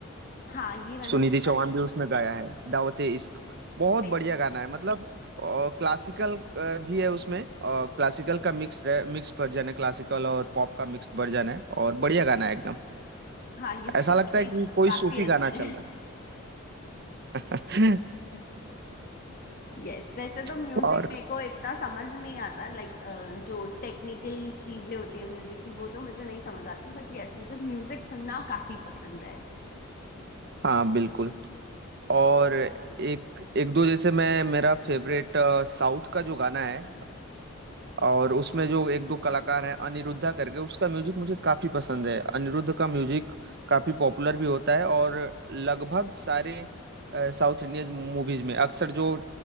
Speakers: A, on the left; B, on the right.
A: हाँ ये मैंने
B: सुनिधि
A: सुना
B: चौहान भी उसमें गाया है दावते इश्क बहुत
A: है
B: बढ़िया गाना है मतलब क्लासिकल भी है उसमें क्लासिकल का मिक्स मिक्स वर्जन है क्लासिकल और पॉप का मिक्स वर्जन है और बढ़िया गाना है एकदम
A: हाँ ये इसके
B: ऐसा
A: लिरिक्स
B: लगता है कि कोई
A: काफी
B: सूफी गाना
A: अच्छे हैं
B: चल रहा है
A: यस वैसे
B: <laughs>
A: तो म्यूजिक
B: और
A: मेरे को इतना समझ नहीं आता लाइक जो टेक्निकल चीजें होती है म्यूजिक की वो तो मुझे नहीं समझ आती बट यस मुझे म्यूजिक सुनना काफी पसंद है
B: हाँ बिल्कुल और एक एक दो जैसे मैं मेरा फेवरेट साउथ का जो गाना है और उसमें जो एक दो कलाकार हैं अनिरुद्धा करके उसका म्यूजिक मुझे काफी पसंद है अनिरुद्ध का म्यूजिक काफी पॉपुलर भी होता है और लगभग सारे अ, साउथ इंडियन मूवीज में अक्सर जो अ,